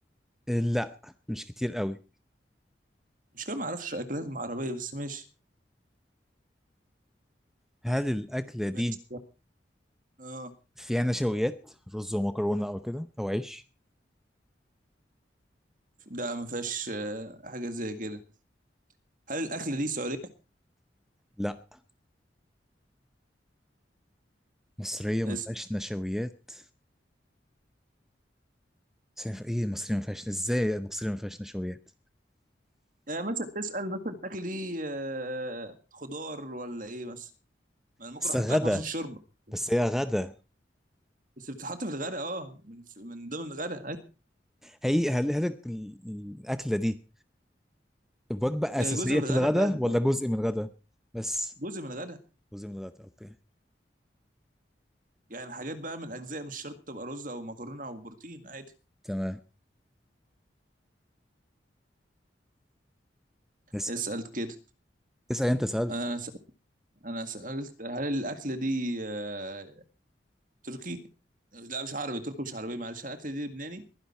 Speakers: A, in the centre; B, on the right (about 50°).
A: آه، لا مش كتير قوي
B: مش كده ما أعرفش أكلات عربية بس ماشي
A: هل الأكلة دي
B: ماشي اه
A: فيها نشويات رز ومكرونة أو كده أو عيش؟
B: لا ما فيهاش آه، حاجة زي كده هل الأكلة دي سعودية؟
A: لا مصرية ما
B: اسأل
A: فيهاش نشويات بس هي- ايه المصرية ما فيهاش ازاي المصرية ما فيهاش نشويات
B: يعني مثلا اسأل مثلا الأكل دي آه، خضار ولا إيه مثلا ما أنا ممكن
A: بس
B: أحط
A: غدا
B: لك مثلا الشوربة
A: بس هي غدا
B: بس بتتحط في الغداء أه من من ضمن الغداء أيوة.
A: هي هل هل ال- الأكلة دي وجبة
B: هي
A: أساسية
B: جزء من
A: في
B: الغداء
A: الغدا
B: فعلا
A: ولا
B: آه،
A: جزء من الغدا؟ بس
B: جزء من الغداء
A: جزء من الغداء اوكي
B: يعني حاجات بقى من الأجزاء مش شرط تبقى رز أو مكرونة أو بروتين عادي
A: تمام اسأل
B: اسأل كده
A: اسأل انت سألت
B: أنا سألت أنا سألت هل الأكلة دي آه، تركي لا مش عربي تركي مش عربي معلش هل الأكلة دي لبناني